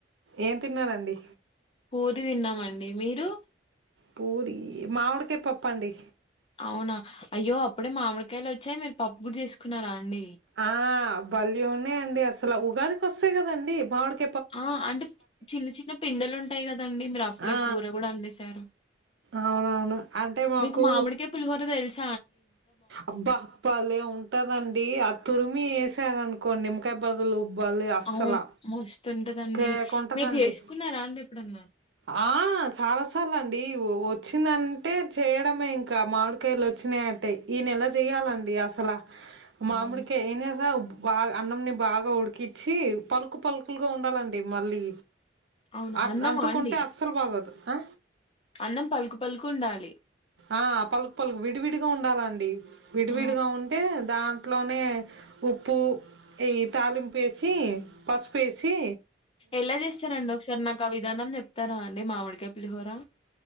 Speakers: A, on the right; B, on the left.
A: ఏం తిన్నారండి
B: పూరి తిన్నామండి మీరు
A: పూరి మామిడికాయ పప్పు అండి
B: అవునా అయ్యో అప్పుడే మామిడికాయలు వచ్చాయి మీరు పప్పు కూడా చేసుకున్నారా అండి
A: ఆ భలే ఉన్నాయి అండి అసలు ఉగాదికి వస్తాయి కదండి మామిడి
B: ఆ అంటే చిన్న చిన్న పిందలు ఉంటాయి కదండి మీరు అప్పుడే
A: ఆ
B: కూర కూడా వండేసారు
A: అవునవును అంటే మాకు
B: మీకు మామిడికాయ పులిహోర తెలిసి
A: అబ్బా బలే ఉంటదండి ఆ తురిమి వేసారనుకో కొ నిమ్మకాయ బదులు భలే అస్సలు
B: అవును మస్తుంటదండి
A: కేక ఉంటదండి
B: మీరు చేసుకున్నారా అండి ఎప్పుడన్నా
A: ఆ చాలాసార్లు అండి వచ్చిందంటే చేయడమే ఇంకా మామిడికాయలు వచ్చినాయి అంటే ఈ నెల చెయాలండి అసలా మామిడి
B: అవును
A: కాయ ఎంచేసావ్ బా అన్నంని బాగా ఉడికించి పలుకు పలుకులుగా ఉండాలండి మళ్ళీ
B: అవునా
A: అ
B: అన్నమా
A: అంతుకుంటే
B: అండి
A: అస్సలు బాగోదు ఆ
B: అన్నం పలుకు పలుకు ఉండాలి
A: ఆ పలుకు పలుకు విడివిడిగా ఉండాలండి విడివిడిగా
B: ఆ
A: ఉంటే దా ట్లోనే ఉప్పు ఈ తాలింపు వేసి పసుపు వేసి
B: ఎలా చేస్తారంండి ఒకసారి నాకు ఆ విధానం చె తార అండి మామిడికాయ పులిహోర